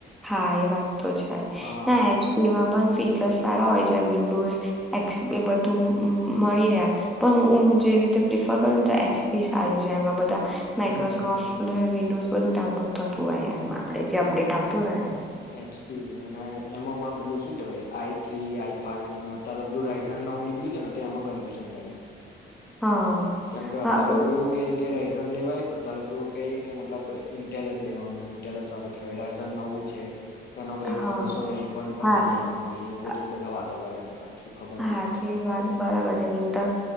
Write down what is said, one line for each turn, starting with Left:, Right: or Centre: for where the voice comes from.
Centre: હા એ વાત તો છે.
Left: હા
Centre: એચપીમાં પણ ફીચર્સ સારા હોય છે વિન્ડોઝ એક્સ એ બધું મળી રે પણ હું જેવી રીતે પ્રિફર કર તો એચપી સારું છે એમાં બધા માઇક્રોસોફ્ટને
Left: હમ હમ
Centre: વિન્ડોઝ બધું ડાઉનલોડ થતું હોય એમ. આપડે જે અપડેટ આવતું હોય
Left: એચપી અને એમાં પણ પેલું શું કેહેવાય I three I five one અતા પેલું રાયઝન નવું નીકળ્યું છે ને તો એમાં કન્ફ્યુઝન થાય
Centre: હા
Left: કેમ કે અડધા
Centre: હા
Left: લોકો
Centre: એ-
Left: એવું કેય કે રહી લેવાય અડધા લોકો એવું કેય કે મતલબ ઇન્ટલ જ લેવાનું ઇન્ટેલ જ સારું કેહેવાય રાયઝન નવું છે. એનો કોઈ
Centre: હા
Left: ભરોસો નહી બંધ પણ
Centre: હા
Left: થઇ જાય કંપની બધું
Centre: અ-
Left: બધા વાતો કરે મતલબ શું ખબર નહી
Centre: હા
Left: હોય
Centre: તો
Left: શું
Centre: એ
Left: કેવાય
Centre: વાત બરાબર છે ઇન્ટલ